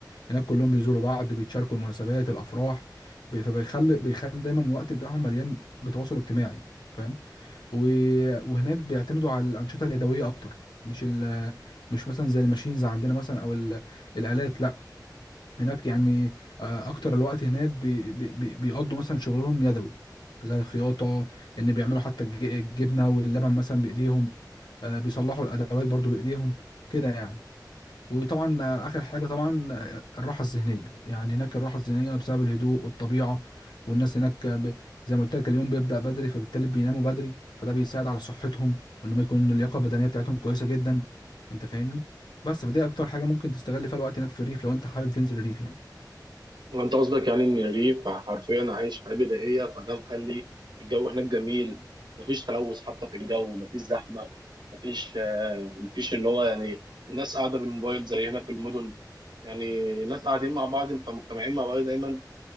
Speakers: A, on the left; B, on the right.
A: هناك كلهم بيزوروا بعض بيتشاركوا المناسبات الافراح ب- فبيخلي بيخلي دايما الوقت بتاعهم مليان بتواصل اجتماعي فاهم و- وهناك بيعتمدوا على الانشطه اليدويه اكتر مش ال مش مثلا زي الماشينز عندنا مثلا او ال- الالات لا هناك يعني آه، اكتر الوقت هناك بي بي بي- بيقضوا مثلا شغلهم يدوي زي الخياطة ان بيعملوا حتى الج- الجبنة واللبن مثلا بايديهم آه، بيصلحوا الادوات برضو بايديهم كده يعني وطبعا آه، اخر حاجة طبعا آه، الراحة الذهنية يعني هناك الراحة الذهنية بسبب الهدوء والطبيعة والناس هناك آه، ب... زي ما قلت لك اليوم بيبدأ بدري فبالتالي بيناموا بدري فده بيساعد على صحتهم وان ما يكون اللياقة البدنية بتاعتهم كويسة جدا انت فاهمني بس فدي اكتر حاجة ممكن تستغل فيها الوقت هناك في الريف لو انت حابب تنزل الريف يعني
B: وانت قصدك يعني ان الريف حرفيا عايش حياه بدائيه فده مخلي الجو هناك جميل مفيش تلوث حتى في الجو مفيش زحمه مفيش آه، مفيش اللي هو يعني الناس قاعده بالموبايل زي هنا في المدن يعني الناس قاعدين مع بعض فمجتمعين مع بعض دايما